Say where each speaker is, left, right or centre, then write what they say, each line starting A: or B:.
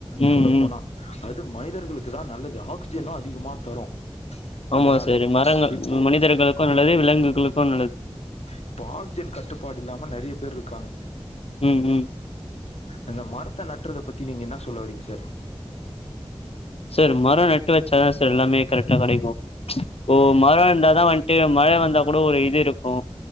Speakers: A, on the left; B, on the left.
A: ம்
B: சொல்லப்
A: ம்
B: போனா அது மனிதர்களுக்கு தா நல்லது ஆக்ஸிஜனு அதிகமா தரு
A: ஆமா
B: அதனால
A: செரி மரங்க
B: இப்போ
A: மனிதர்களுக்கு நல்லது விலங்குகளுக் கோ நல்லத்
B: இப்போ ஆக்ஜன் கட்டுப் ப்பாடு இல்லாம நெறைய பேர்ருக்காங்க
A: ம் ம்
B: இந்த மரத் த நற்றத பத்தி நீங்க இன்னா சொல்ல வரீங்க சார்
A: சார் மரோ நட்டு வச்சாதா சார் எல்லாமே கரெக்ட்டா கடைக்கு ஓ
B: ஆ
A: மரோ இர்ந்தாதா வன்ட்டு மழை வந்தா கூடோ ஒரு இது இருக்கூ